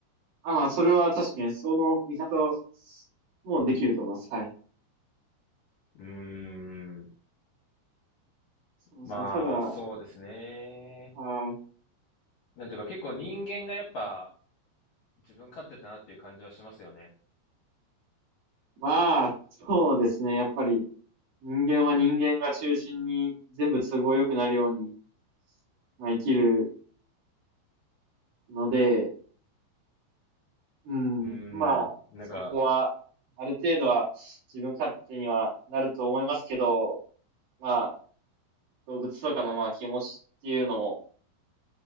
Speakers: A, on the right; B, on the left.
A: あ、まあ、それは確かにその見方もできると思います。はい。
B: うーん。
A: すみません。
B: まあ、
A: ただ、はい。
B: そうですね。
A: はい。
B: なんていうか結構人間がやっぱ自分勝手だなっていう感じはしますよね。
A: まあ、そうですね。やっぱり人間は人間が中心に全部都合良くなるように、まあ、生きるので、うん、
B: うー
A: まあ、
B: ん。なんか、
A: そこは、ある程度は自分勝手にはなると思いますけど、まあ、動物とかのまあ気持ちっていうのも、